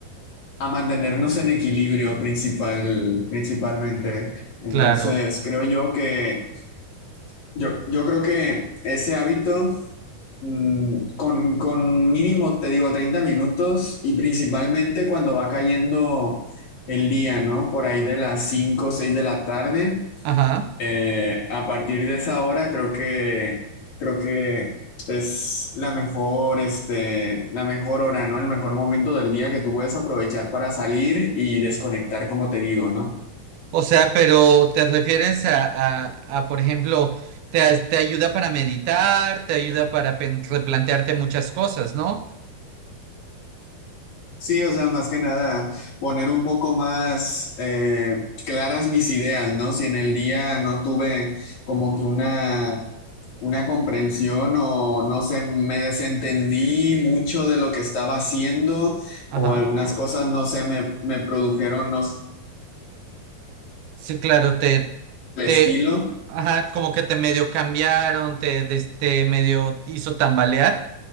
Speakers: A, on the left (about 50°); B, on the right (about 80°).
A: a mantenernos en equilibrio principal, principalmente. Entonces
B: claro.
A: creo yo que, yo, yo creo que ese hábito Mm, Con, con mínimo, te digo, 30 minutos y principalmente cuando va cayendo el día, ¿no? Por ahí de las 5 o 6 de la tarde.
B: Ajá.
A: Eh, a partir de esa hora creo que, creo que es la mejor, este, la mejor hora, ¿no? El mejor momento del día que tú puedes aprovechar para salir y desconectar, como te digo, ¿no?
B: O sea, pero ¿te refieres a, a, a, por ejemplo, te, as- te ayuda para meditar, te ayuda para pen- replantearte muchas cosas, ¿no?
A: Sí, o sea, más que nada poner un poco más eh, claras mis ideas, ¿no? Si en el día no tuve como que una, una comprensión o no sé, me desentendí mucho de lo que estaba haciendo
B: Ajá.
A: o algunas cosas, no sé, me, me produjeron, no sé,
B: Sí, claro, te,
A: el
B: te,
A: estilo.
B: ajá, como que te medio cambiaron, te, des- te medio hizo tambalear,